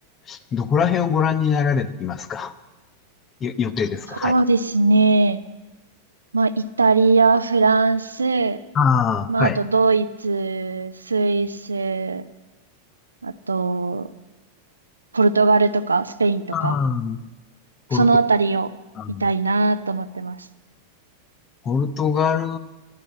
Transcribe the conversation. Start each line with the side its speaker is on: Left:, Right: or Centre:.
Left: ー、どこら辺をご覧になられていますかよ予定ですかはい。
Right: そうですね。まあ、イタリア、フランス、
Left: ああ、
Right: まあ、
Left: はい。
Right: あとドイツ、スイス、あと、ポルトガルとかスペインとか、
Left: ああ、ポルト、
Right: そのあたりを見たいなと思ってます。
Left: あのポルトガル、